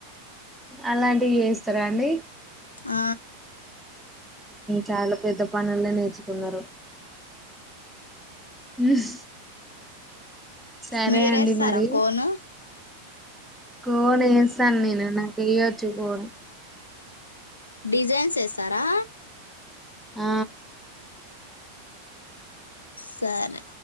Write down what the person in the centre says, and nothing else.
అలాంటివి చేస్తారా అండి
చాలా పెద్ద పనుల్లో నేర్చుకున్నారు హ్మ్ సరే
అండి మరి
కోనేస్తాను నేను నా ఏయచ్చు కోన్
ఆ